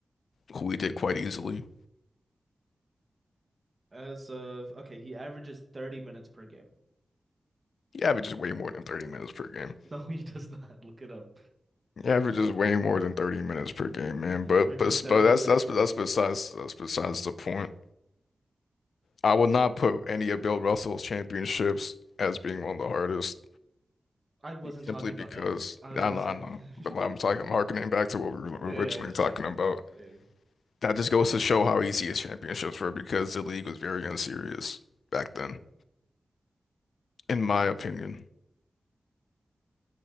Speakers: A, on the left (about 85°); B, on the right (about 30°).
A: who he did quite easily.
B: As of okay, he averages 30 minutes per game.
A: He averages way more than 30 minutes per game.
B: <laughs> No, he does not. <laughs> Look it up.
A: He averages way more than 30 minutes per game, man.
B: He
A: But
B: averages
A: but
B: 30
A: but that's
B: minutes
A: that's
B: per
A: that's
B: game.
A: besides that's besides the point. I would not put any of Bill Russell's championships as being one of the hardest,
B: I wasn't
A: simply
B: talking about
A: because
B: that. I, I
A: I
B: was
A: know,
B: saying
A: I know,
B: <laughs>
A: but like,
B: what
A: I'm talking, I'm harkening back to what we were
B: Yeah,
A: originally
B: I got
A: talking
B: you.
A: about.
B: Yeah.
A: That just goes to show how easy his championships were because the league was very unserious back then, in my opinion.